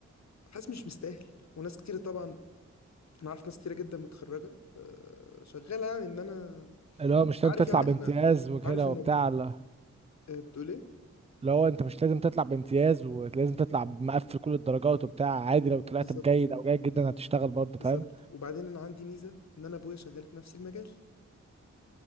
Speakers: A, on the left (about 60°); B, on the right (about 20°).
A: حاسس مش مستاهل وناس كتيرة طبعا انا عارف ناس كتيرة جدا متخرجة آه، شغالة يعني ان انا
B: اللي هو مش
A: أنت
B: لازم
A: عارف
B: تطلع
A: يعني
B: بامتياز
A: انا
B: وكده
A: أنت عارف ان
B: وبتاع لا
A: آه، بتقول ايه
B: لو انت مش لازم تطلع بامتياز ولازم تطلع مقفل كل الدرجات وبتاع عادي لو طلعت
A: بالظبط
B: بجيد او جيد جدا هتشتغل برضه
A: بالظبط
B: فاهم
A: وبعدين انا عندي ميزة ان انا ابويا شغال في نفس المجال